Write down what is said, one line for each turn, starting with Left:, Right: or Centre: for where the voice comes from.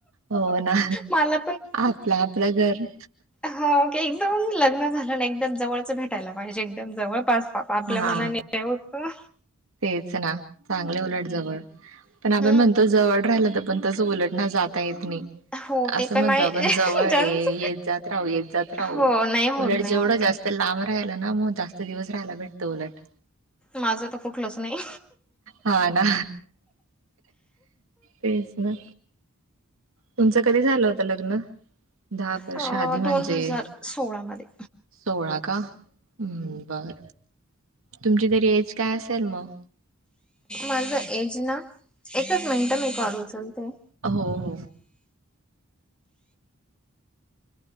Right: हो ना
Centre: मला
Right: आपलं आपलं घर
Centre: ह एकदम लग्न झालं ना एकदम जवळच भेटायला पाहिजे एकदम जवळ पास वा आपल्या
Right: हा
Centre: मनाने याव का
Right: तेच ना चांगले उलट जवळ पण
Centre: हम्म
Right: आपण म्हणतो जवळ राहिलं तर पण तसं उलट नाही जाता येत नाही
Centre: हो
Right: असं
Centre: ते पण
Right: म्हणतो
Centre: आहे
Right: आपण जवळ येत
Centre: ज्यांच
Right: जात राहू येत जात राहू
Centre: हो नाही होत
Right: उलट
Centre: नाही
Right: जेवढं
Centre: होत.
Right: जास्त लांब राहायला ना मग जास्त दिवस राहायला भेटतं उलट
Centre: माझं तर कुठलंच नाही
Right: हा ना तेच ना तुमचं कधी झालं होत लग्न दहा परर
Centre: अ
Right: आधी म्हणजे
Centre: दोन हजार सोळा मध्ये.
Right: सोळा का हम्म बर तुमची तरी एज काय असेल मग
Centre: माझा एज ना एकच मिनिट मी कॉल उचलते
Right: हो हो हो